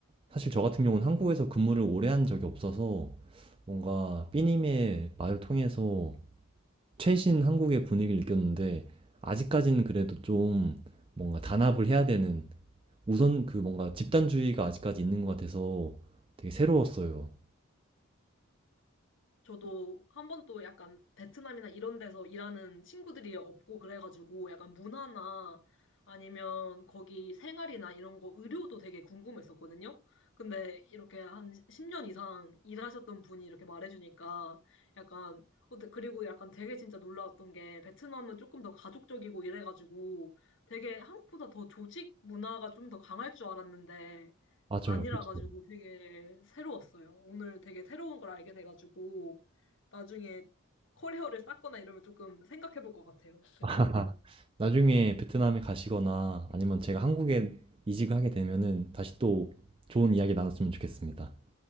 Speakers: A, on the right; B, on the left.
A: 사실 저 같은 경우는 한국에서 근무를 오래 한 적이 없어서, 뭔가 삐님의 말을 통해서 최신 한국의 분위기를 느꼈는데, 아직까지는 그래도 좀 뭔가 단합을 해야 되는, 우선 그 뭔가 집단주의가 아직까지 있는 것 같아서 되게 새로웠어요.
B: 저도 한 번도 약간 베트남이나 이런 데서 일하는 친구들이 없고 그래가지고 약간 문화나 아니면 거기 생활이나 이런 거 의료도 되게 궁금했었거든요. 근데 이렇게 한 10년 이상 일하셨던 분이 이렇게 말해주니까 약간 어때- 그리고 약간 되게 진짜 놀라웠던 게 베트남은 조금 더 가족적이고 이래가지고 되게 한국보다 더 조직 문화가 좀 더 강할 줄 알았는데
A: 맞아요,
B: 아니라
A: 그렇죠.
B: 가지고 되게 새로웠어요. 오늘 되게 새로운 걸 알게 돼가지고 나중에 커리어를 쌓거나 이러면 조금 생각해 볼 것 같아요. 베트남도.
A: <laughs> 나중에 베트남에 가시거나 아니면 제가 한국에 이직을 하게 되면은 다시 또 좋은 이야기 나눴으면 좋겠습니다.